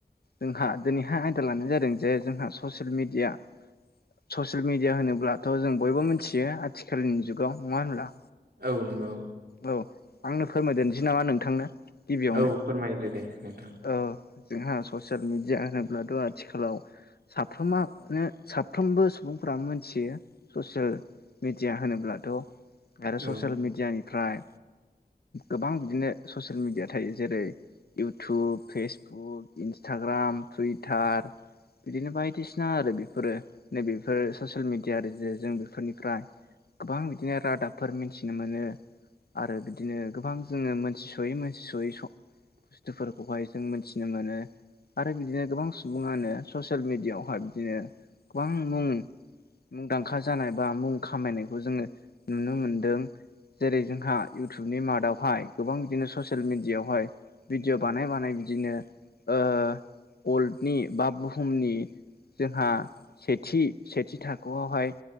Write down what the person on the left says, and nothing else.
जोंहा दोनैहाय आयदा लानाय जादों जे जोंहा ससियेल मिडिया। स'सेल मिडिया होनोब्लाथ' जों बयबो मोन्थियो आथिखालनि जुगाव, नङा होनब्ला?
औ आंनो फोरमायदो <unintelligible> नामा नोंथांनो। गिबियावनो
औ जोंहा ससियेल मिडिया होनोब्लाथ' आथिखालाव साफ्रोमानो साफ्रोमबो सुबुंफोरा मोनथियो स'सेल मेडिया होनोब्लाथ'। आरो ससियेल
मिडियानिफ्राय गोबां बिदिनो ससियेल मिडिया थायो जेरै इउटुब फेसबुक इन्सटाग्राम टुइटार बिदिनो बायदिसिना आरो बेफोरो नैबेफोरो स'सेल मेडिया आरो जे जों बेफोरनिफ्राय गोबां बिदिनो रादाबफोर मिन्थिनो मोनो। आरो बिदिनो गोबां जोङो मोनथि सयै मानसि सयै बुस्थुफोरखौहाय जों मिथिनो मोनो। आरो बिदिनो गोबां सुबुङानो ससियेल मेडियाआवहाय बिदिनो गोबां मुं मुंदांखा जानाय बा मुं खामायनायखौ जोङो नुनो मोनदों। जेरै जोंहा नि मादावहाय गोबां बिदिनो ससियेल मिेडियआवहाय भिडिअ बानाय बानाय बिदिनो ओ अल्डनि बा बुहुमनि जोंहा सेथि सेथि थाखोआवहाय